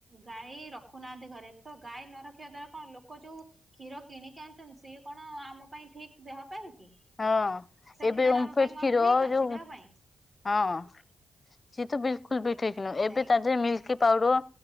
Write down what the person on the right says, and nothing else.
ଗାଈ ରଖୁନାହାନ୍ତି ଘରେ ତ ଗାଈ ନ ରଖିବା ଦ୍ଵାରା କଣ ଲୋକ ଯୋଉ। କ୍ଷୀର କିଣିକି ଆଣିଛନ୍ତି ସିଏ କଣ ଆମ ପାଇଁ ଠିକ ଦେହ ପାଇଁ। ହୁଁ
ସେ
କ୍ଷୀର
ଟା ଆମ ପାଇଁ କଣ
ଠିକ ଅଛି
ଦେହ ପାଇଁ?
ସେଇ